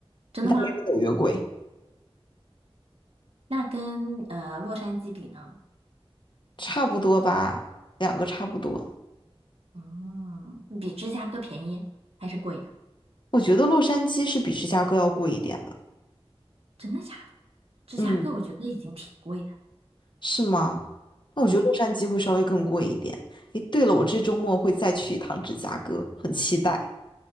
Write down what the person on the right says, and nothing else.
真的吗？那跟呃洛杉矶比呢？
嗯，比芝加哥便宜还是贵呀？
真的假的？芝加哥我觉得已经挺贵的。
嗯，